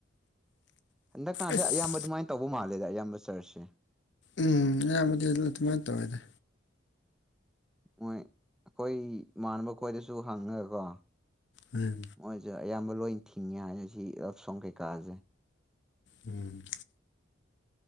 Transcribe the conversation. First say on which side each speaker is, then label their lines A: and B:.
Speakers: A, in the centre; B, on the left (about 65°).
A: ꯍꯟꯗꯛꯀꯥꯟꯁꯦ
B: ꯑꯁ
A: ꯑꯌꯥꯝꯕ ꯑꯗꯨꯃꯥꯏꯅ ꯇꯧꯕ ꯃꯥꯜꯂꯦꯗ ꯑꯌꯥꯝꯕ ꯆꯔꯁꯦ
B: ꯎꯝ ꯑꯌꯥꯝꯕꯗꯤ ꯑꯗꯨꯅ ꯑꯗꯨꯃꯥꯏꯅ ꯇꯧꯋꯦꯗ
A: ꯃꯣꯏ ꯑꯩꯈꯣꯏ ꯏꯃꯅꯕ ꯈꯣꯏꯗꯁꯨ ꯍꯪꯉꯒꯀꯣ
B: ꯎꯝ
A: ꯃꯣꯏꯁꯦ ꯑꯌꯥꯝꯕ ꯂꯣꯏ ꯊꯤꯡꯉꯦ ꯁꯤ ꯂꯞ ꯁꯣꯡ ꯀꯩꯀꯥꯁꯦ
B: ꯎꯝ